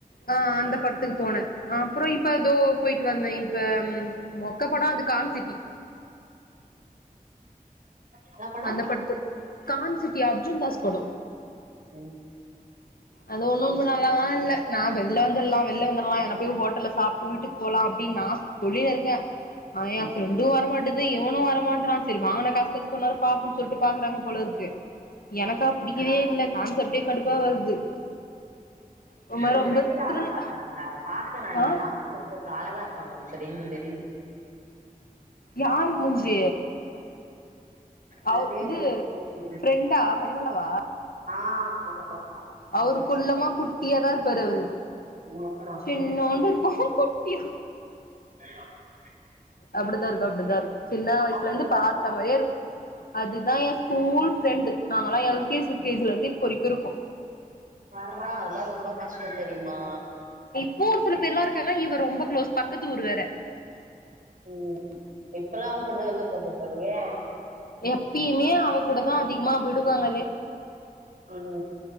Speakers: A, on the left; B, on the right.
A: அ அந்த படத்துக்கு போன அப்றோ இப்ப அதோ போயிட் வந்தே இப்ப மொக்க படோ அது கான்சிட்டி
B: என்ன படம்
A: அந்த படத்துக் கான்சிட்டி அர்ஜுன் தாஸ் படொ
B: ம்
A: அது ஒன்னு நல்லால்லா இல்ல நா வெள்ல வந்துல்லா வெள்ல வந்துல்லா ஏதுனா போய் ஹோட்டல்ல சாப்ட்டு வீட்டுக்கு போலா அப்படினு நா பொடியல் தா அனா எ
B: ம்
A: ஃபிரண் இது வர மாட்டுது இவனு வரமாற்றா செரி வாங்குன காசுகாச்சு கொஞ் நேரோ பாக்னு சொல்ட்டு பாக்குறாங்க போலருக்கு எனக்கா புடிக்கவே இல்ல கான்சப்டே கடுப்பா வருது ஒரு மாரி
B: உ
A: ரொம்ப
B: ஃபிரண்ட் தா வேல
A: த்ரில்
B: பாக்குறாங்க பாத்த நானு
A: ஆ
B: அந் போட்டு அழகா இருப்பாங்க ஒ பெரண்டு பெரண்டு
A: யார் மூஞ்ஜீ
B: உன்
A: அவ
B: பேரு
A: இது
B: எனக்கு தெரியல
A: ஃபிரெண்டா மணிமாலாவா
B: ஆ அவ்வளவு
A: அவரு
B: வந்துச்சு
A: குள்ளமா குட்டியாதா இருப்பாரு அவரு
B: ஆமா
A: சின் சிண்ணோண்டு இருப்பா குட்டியா
B: <unintelligible>
A: அப்டித்தா இருக்கு அப்டிதா இருக்கு சின்ன வயசுல
B: அவங்க
A: இருந்து
B: குடும்பம்
A: பாத்தமாரியே இருக்கு அதுதா எ ஸ்கூல் ஃப்ரெண்டு நாங்கல்லா எல்கேஜி யுகேஜிலருந்து இப்பரைக்கு இருக்கோ
B: பார்றா அதெல்லா ரொம்ப கஷ்ட தெரியுமா
A: ப்பவு ஒரு சில பேர்லா இருக்காங்க இவ ரொம்ப க்ளோஸ் பக்கத்து ஊரு வேற
B: ம் இப்பல்லா அவுங்க கூடதா வெள்ல போறது போலயே
A: எப்பியிமே அவ கூடதா அதிகமா விடுவாங்களே
B: ம்